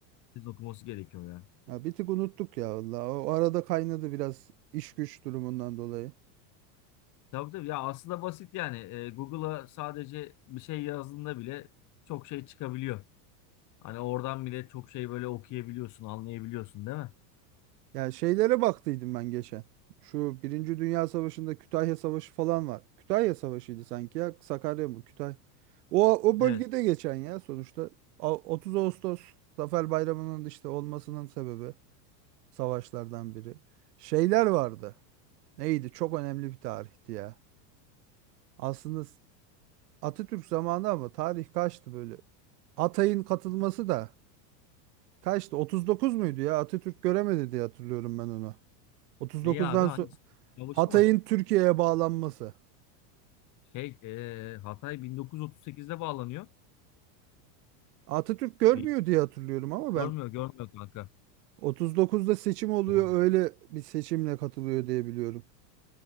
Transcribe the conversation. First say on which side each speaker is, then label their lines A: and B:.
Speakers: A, on the left (about 35°); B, on the right (about 70°).
A: biz okuması gerekiyor ya.
B: ya bir tık unuttuk ya vallahi. O arada kaynadı biraz iş güç durumundan dolayı.
A: Tabii tabii ya aslında basit yani. E, Google'a sadece bir şey yazdığında bile çok şey çıkabiliyor. Hani oradan bile çok şey böyle okuyabiliyorsun, anlayabiliyorsun değil mi?
B: Ya şeylere baktıydım ben geçen. Şu Birinci Dünya Savaşı'nda Kütahya Savaşı falan var. Kütahya Savaşı'ydı sanki ya. Sakarya mı? Kütahya. O, o
A: Evet.
B: bölgede geçen ya sonuçta. A- 30 Ağustos Zafer Bayramı'nın işte olmasının sebebi. savaşlardan biri. Şeyler vardı. Neydi? Çok önemli bir tarihti ya. Aslında s- Atatürk zamanı ama tarih kaçtı böyle? Atay'ın katılması da kaçtı? 39 muydu ya? Atatürk göremedi diye hatırlıyorum ben onu. 39'dan
A: Neyi abi? Hangisi?
B: sonra
A: Savaşı
B: Hatay'ın
A: mı?
B: Türkiye'ye bağlanması.
A: Şey, e, Hatay 1938'de bağlanıyor.
B: Atatürk görmüyor
A: Bil-
B: diye hatırlıyorum ama ben
A: Görmüyor, görmüyor kanka.
B: 39'da seçim oluyor
A: Görmüyor.
B: öyle bir seçimle katılıyor diye biliyorum.